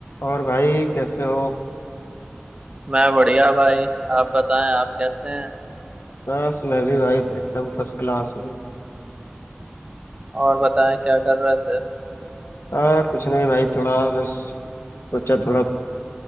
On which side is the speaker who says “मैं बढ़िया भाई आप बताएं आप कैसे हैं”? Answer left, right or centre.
Right